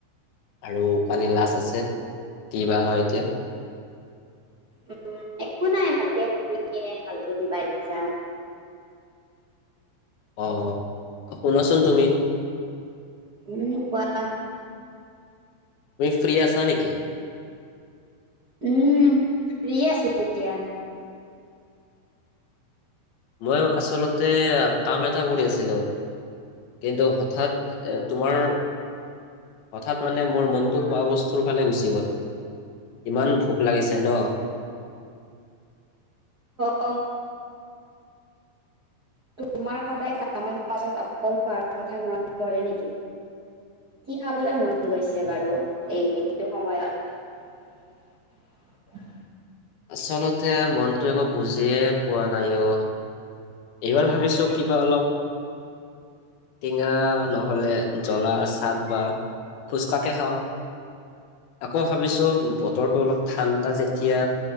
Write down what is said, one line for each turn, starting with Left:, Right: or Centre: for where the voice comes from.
Left: আৰু কালি
Right: অ
Left: লাষ্ট আছে কি বা হয় এতিয়া?
Right: উম, একো নাই ভালকে পঢ়ি কিনে ভালকে দিবা এক্সাম।
Left: অ' শুনাচোন তুমি?
Right: উম, কোৱা?
Left: তুমি ফ্ৰী আছা নেকি?
Right: উম ফ্ৰে আছো এতিয়া।
Left: মই আচলতে কাম এটা কৰি আছিলো কিন্তু হঠাৎ এ তোমাৰ হঠাৎ মানে মোৰ মনটো খোৱা বস্তুৰ ফালে গুচি গ'ল ইমান ভোক লাগিছে ন।
Right: অহ, তোমাৰ সদায় কামৰ মাজত অকল খোৱাৰ কথা মনত পৰে নেকি কি খাবলে মন গৈছে বাৰু এই এইটো সময়ত
Left: আচলতে মনটো একো বুজিয়ে পোৱা নাই অ এইবাৰ ভাবিছোঁ কিবা অলপ টেঙা নহ'লে জলা চাদ বা ফুচকাকে খাওঁ আকৌ ভাবিছোঁ বতৰটো অলপ ঠাণ্ডা যেতিয়া